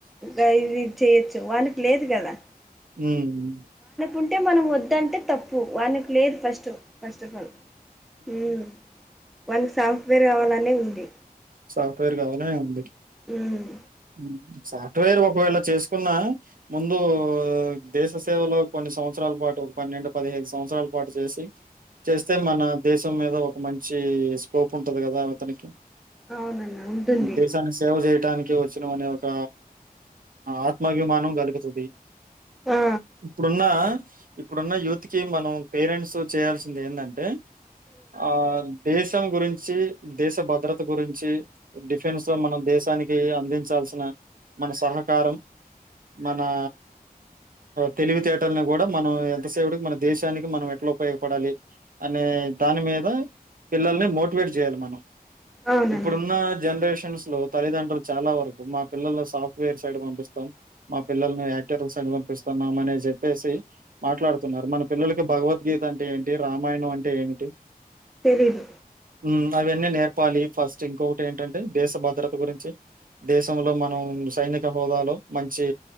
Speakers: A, in the centre; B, on the right.
A: గా ఇది చేయొచ్చు వానికి లేదు కదా
B: హ్మ్
A: ఉంటే మనం వద్దంటే తప్పు వానికి లేదు ఫస్ట్ ఫస్ట్ ఆఫ్ ఆల్ హ్మ్ వాళ్ళకి సాఫ్ట్వేర్ కావాలనే ఉంది
B: సాఫ్ట్వేర్ కావాలనే ఉంది
A: ఉమ్
B: హ్మ్ సాఫ్ట్వేర్ ఒకవేళ చేసుకున్న ముందు దేశ సేవలో కొన్ని సంవత్సరాల పాటు ఒక పన్నెండు పదిహైదు సంవత్సరాల పాటు చేసి చేస్తే మన దేశం మీద ఒక మంచి స్కోప్ ఉంటది కదా అతనికి
A: అవునన్నా ఉంటుంది
B: దేశానికి సేవ చేయడానికి వచ్చినవనిఅనే ఒక ఆత్మాభిమానం కలుగుతుంది
A: ఆ
B: ఇప్పుడున్న ఇప్పుడున్న యూత్ కి మనం పేరెంట్స్ చేయాల్సింది ఏంటంటే ఆ దేశాలు గురించి దేశ భద్రత గురించి డిఫెన్స్ లో మనం దేశానికి అందించాల్సిన మన సహకారం మనా తెలివితేటలని కూడా మనం ఎంతసేపటికి మన దేశానికి మనం ఎట్లా ఉపయోగపడాలి అనే దాని మీద పిల్లల్ని మోటివేట్ చేయాలి మనం
A: అవునన్నా
B: ఇప్పుడున్న జనరేషన్ లో తల్లిదండులు చాల వరకు మా పిల్లల సాఫ్ట్వేర్ సైడ్ పంపిస్తాం మా పిల్లల్ని యాక్టర్స్ పంపిస్తున్నాం అని చెప్పేసి మాట్లాడుతున్నారు మన పిల్లలకి భగవద్గీత అంటే ఏంటి రామాయణం అంటే ఇంకా ఏంటి
A: తెలీదు
B: ఉ అవిన్నే నే చెప్పాలి ఫస్ట్ ఇంకొకటి ఏంటంటే దేశ భద్రత గురించి దేశంలో మనం సైనిక హోదాలో మంచి